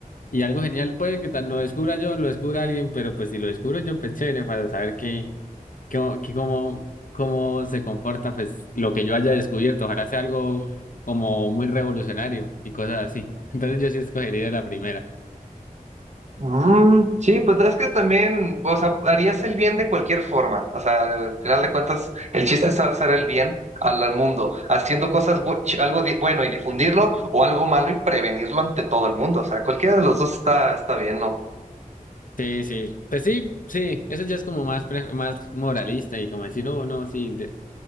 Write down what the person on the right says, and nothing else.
Mm, sí, pues es que también, o sea, harías el bien de cualquier forma. O sea, al final de cuentas, el chiste es hacer el bien al, al mundo, haciendo cosas, bu- ch- algo di- bueno y difundirlo, o algo malo y prevenirlo ante todo el mundo. O sea, cualquiera de los dos está, está bien, ¿no?